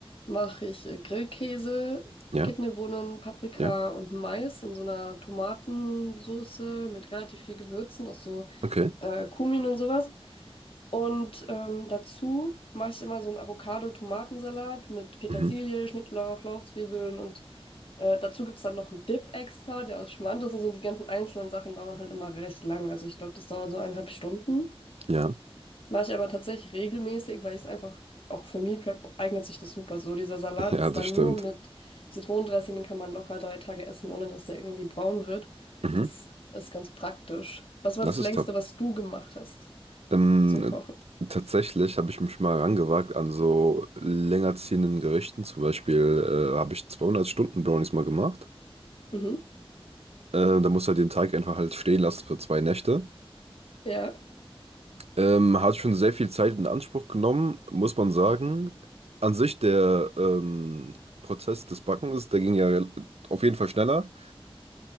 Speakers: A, on the left; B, on the right.
A: mache ich äh, Grillkäse,
B: ja,
A: Kidneybohnen, Paprika
B: ja.
A: und Mais in so einer Tomatensoße mit relativ viel Gewürzen, auch so
B: Okay.
A: äh, Kumin und sowas. Und ähm, dazu mache ich immer so einen Avocado-Tomatensalat mit Petersilie,
B: Mhm.
A: Schnittlauch, Lauchzwiebeln und äh, dazu gibt es dann noch einen Dip extra, der aus Schmand ist und so. Die ganzen einzelnen Sachen dauern halt immer recht lang. Also ich glaube, das dauert so eineinhalb Stunden.
B: Ja,
A: Mache ich aber tatsächlich regelmäßig, weil ich es einfach, auch für Meal Prep eignet sich das super so. Dieser Salat
B: <laughs> ja,
A: ist
B: das
A: dann
B: stimmt.
A: nur mit Zitronendressing, den kann man locker drei Tage essen, ohne dass der irgendwie braun wird.
B: Mhm.
A: Das ist ganz praktisch. Was war
B: Das
A: das
B: ist
A: Längste,
B: top.
A: was du gemacht hast
B: Ähm,
A: zum Kochen?
B: tatsächlich habe ich mich mal rangewagt an so länger ziehenden Gerichten. Zum Beispiel äh, habe ich 200 Stunden Brownies mal gemacht.
A: Mhm.
B: Äh, da musst du halt den Teig einfach halt stehen lassen für zwei Nächte.
A: Ja.
B: Ähm, hat schon sehr viel Zeit in Anspruch genommen, muss man sagen. An sich der ähm, Prozess des Backens, der ging ja auf jeden Fall schneller.